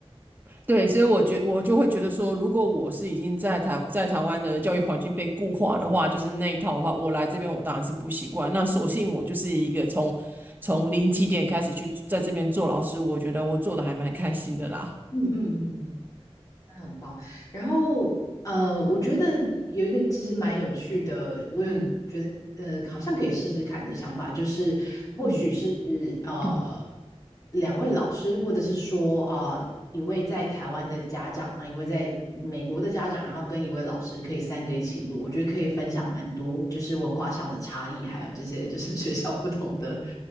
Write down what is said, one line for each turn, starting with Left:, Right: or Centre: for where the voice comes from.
Right: 对，所以我觉我就会觉得说，如果我是已经在台在台湾的教育环境被固化的话，就是那一套的话，我来这边我当然是不习惯。那索性我就是一个从从零起点开始去在这边做老师，我觉得我做的还蛮开心的啦。
Left: 嗯嗯嗯。那很棒。然后呃，我觉得有一个其实蛮有趣的，我有觉得呃，
Right: 嗯
Left: 好像可以试试看的想法，就是或许是
Right: 嗯，
Left: 呃
Right: <clears throat>
Left: 两位老师，或者是说呃一位在台湾的家长啊，一位在美国的家长，然后跟一位老师可以三个一起录，我觉得可以分享蛮多，就是文化上的差异，还有这些就是 <laughs> 学校不同的，